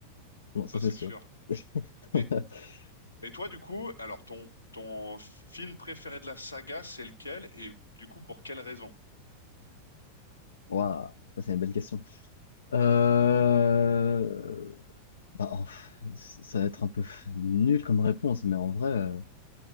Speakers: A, on the left; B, on the left.
A: Non,
B: Ça,
A: ça
B: c'est
A: c'est sûr.
B: sûr.
A: <laughs>
B: Et, et toi, du coup, alors ton, ton film préféré de la saga, c'est lequel? Et du coup, pour quelle raison?
A: Waouh, ça c'est une belle question. Euh, Bah, en ça va être un peu nul comme réponse, mais en vrai, euh,